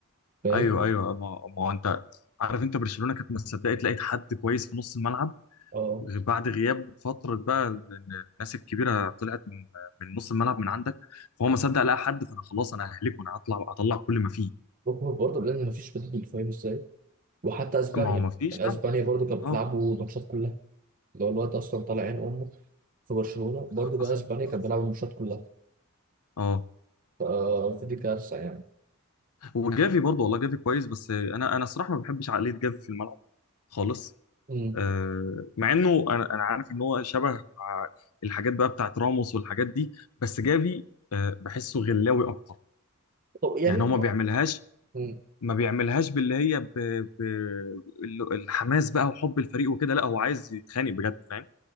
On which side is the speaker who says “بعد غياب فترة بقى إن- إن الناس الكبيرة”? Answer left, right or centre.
Left